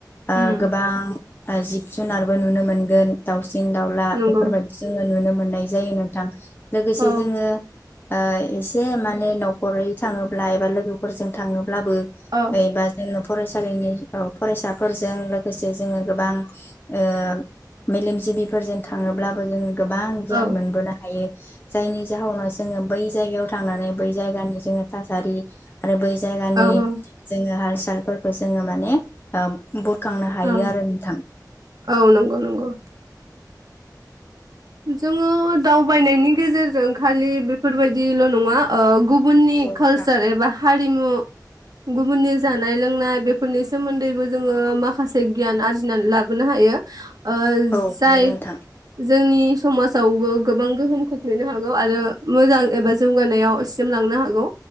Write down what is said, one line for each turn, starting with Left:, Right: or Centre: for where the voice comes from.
Left: ओ
Right: उम
Left: गोबां ओ जिब जुनारबो नुनो मोनगोन दाउस सिं दाउला
Right: नंगौ
Left: बेफोरबायदि जोङो नुनो मो मोननाय जायो नोंथां। लोगोसे
Right: औ
Left: जोङो ओ एसे माने न'खरै थाङोब्ला एबा लोगोफोरजों थाङो ब्लाबो
Right: औ
Left: एबा जोङो फरायसालिनि औ फरायसाफोरजों लोगोसे जोङो गोबां ओ मेलेमजिबिफोरजों थाङोब्लाबो जोङो गोबां गियान
Right: औ
Left: मोनबोनो हायो। जायनि जाहोनाव जोङो बै जायगायाव थांनानै बै जायगानि जोङो थासारि आरो बै जायगानि
Right: औ
Left: जोङो हारस सालफोरखौ जोङो माने बुरखांनो हायो
Right: औ
Left: आरो नोंथां
Right: औ नंगौ नंगौ जोङो दावबायनायनि गेजेरजों खालि बेफोरबायदिल' नङा ओ गुबुननि
Left: औ
Right: कालसार
Left: नोंथां
Right: एबा हारिमु गुबुननि जानाय लोंनाय बेफोरनि सोमोन्दैबो जोङो माखासे गियान आरजिनानै लाबोनो हायो आ
Left: औ
Right: जाय
Left: हायो नोंथां।
Right: जोंनि समाजावबो गोबां गोहोम खोख्लैनो हागौ आरो मोजां एबा जौगानायाव सिमलांनो हागौ